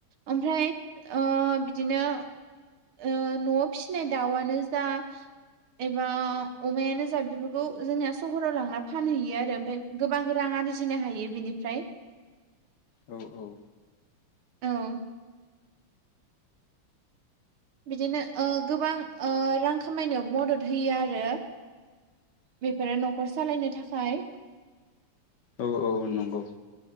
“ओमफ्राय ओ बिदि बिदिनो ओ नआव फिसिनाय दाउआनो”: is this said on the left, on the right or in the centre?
Right